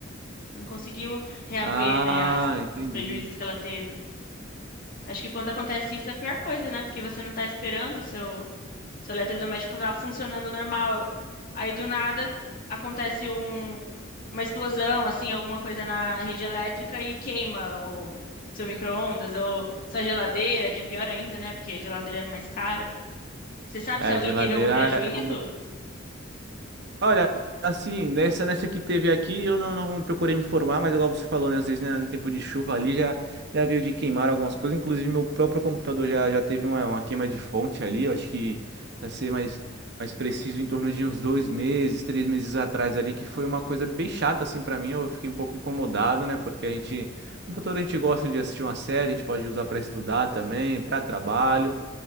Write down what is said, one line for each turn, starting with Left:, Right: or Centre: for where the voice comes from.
Left: Não conseguiu reaver,
Right: Ah,
Left: né, as-
Right: entendi.
Left: os prejuízos que ela teve. Acho que quando acontece isso é a pior coisa, né? Porque você não tá esperando o seu. Seu eletrodoméstico estava funcionando normal. Aí do nada acontece um- uma explosão, assim, alguma coisa na rede elétrica e queima o seu micro-ondas ou sua geladeira, que é pior ainda, né? Porque geladeira é mais cara. Você sabe
Right: É,
Left: se alguém
Right: geladeira
Left: teve algum prejuízo?
Right: é um... Olha, assim, nessa, nessa que teve aqui, eu não, não procurei me informar, mas igual você falou, né? Às vezes, né, no tempo de chuva ali já, já veio de queimar algumas coisas. Inclusive, meu próprio computador já, já teve uma, uma queima de fonte ali. Eu acho que, pra ser mais, mais preciso, em torno de uns dois meses, três meses atrás ali, que foi uma coisa bem chata, assim, pra mim. Eu fiquei um pouco incomodado, né? Porque a gente, computador, a gente gosta de assistir uma série, a gente pode usar pra estudar também, pra trabalho.